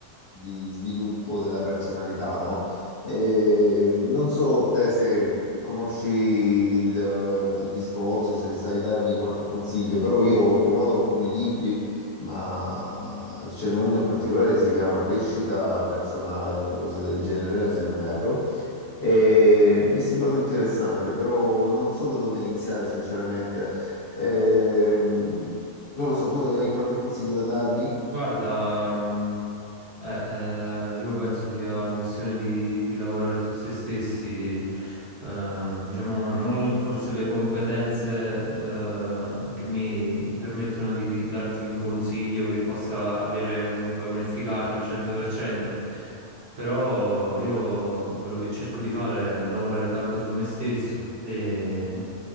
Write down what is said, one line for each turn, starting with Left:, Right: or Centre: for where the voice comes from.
Left: di sviluppo della personalità, no? E non so te se conosci il, il discorso, se sai darmi qualche consiglio, però io ho trovato alcuni libri ma ce n'è uno in particolare che si chiama Crescita Personale, una cosa del genere, se non erro. E mi è sembrato interessante, però non so da dove iniziare, sinceramente. Ehm, non lo so, tu hai hai qualche consiglio da darmi?
Right: Guarda, mm, eh, eh, io penso sia una questione di, di lavorare su se stessi. Ehm, diciamo, non ho l- forse le competenze, eh, che mi permettono di darti un consiglio che possa avere comunque un'efficacia al 100%. Però io quello che cerco di fare è lavorare tanto su me stesso e